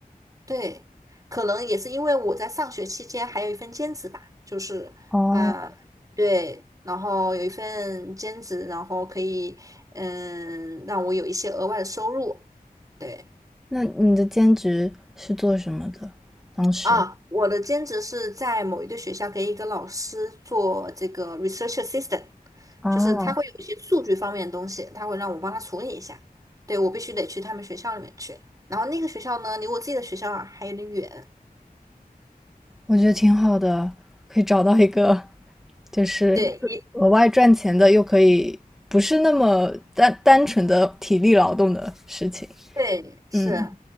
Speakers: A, on the right (about 20°); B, in the centre.
A: 对，可能也是因为我在上学期间还有一份兼职吧，就是啊、
B: 哦，
A: 对，然后有一份兼职，然后可以嗯让我有一些额外的收入。对
B: 那你的兼职是做什么的？当时
A: 啊，我的兼职是在某一个学校给一个老师做这个 research assistant，
B: 啊，
A: 就是他会有一些数据方面的东西，他会让我帮他处理一下。对，我必须得去他们学校里面去，然后那个学校呢离我自己的学校啊还有点远。
B: 我觉得挺好的，可以找到一个就是额外赚钱的，
A: 对，也
B: 又可以不是那么单单纯的体力劳动的事情。
A: 对，是，
B: 嗯，